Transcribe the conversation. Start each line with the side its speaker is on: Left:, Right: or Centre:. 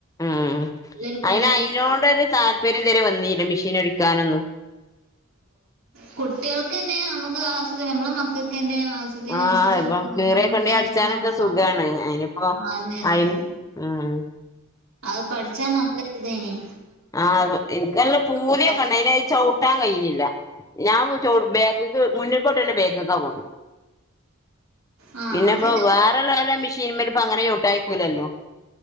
Left: ഉം
Right: നല്ലൊരു പണി
Left: അയിന് അയ്നോടൊരു താല്പര്യം തരെ വന്നീല്ല മെഷീൻ അടിക്കാനൊന്നും
Right: കുട്ടികൾക്കന്നെ നമ്മുക്ക് ആവശ നമ്മളെ മക്കൾക്കന്നെ ആവശ്യത്തിന്
Left: ആഹ്
Right: അനുസരിച്ചുള്ള
Left: ഇപ്പൊ
Right: സാധനങ്ങളൊക്കെ
Left: കീറിയ കൊണ്ടേ അടിച്ചാനൊക്കെ
Right: മ്മക്കടിക്കാം
Left: സുഖാണ് അയിനിപ്പോ
Right: ആ അതെ അതെ
Left: അയി ഉം
Right: അത് പഠിച്ചാ നല്ലരുതേനിം
Left: ആവൊ എനിക്കല്ല പൂതിയൊക്കെ
Right: ഉണ്ടാക്കാന്.
Left: ഉണ്ടയ്നി അയിന് ചവിട്ടാ കഴിയിണില്ല ഞാൻ ചവ് ബേക്ക്ക്ക് മുന്നിക്ക് ചവ്ട്ടോന്നെ ബേക്ക്ക്കാ പോണ്
Right: ആ
Left: പിന്നെപ്പ
Right: അത് ഞമ്മ-
Left: വേറെള്ളാല മെഷീൻമല് പ്പ അങ്ങനെ ചവ്ട്ടായ്ക്കൂലല്ലോ